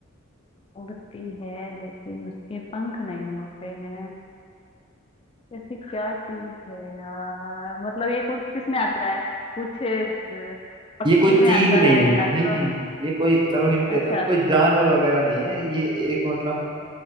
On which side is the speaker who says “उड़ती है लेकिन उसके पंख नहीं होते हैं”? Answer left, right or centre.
Left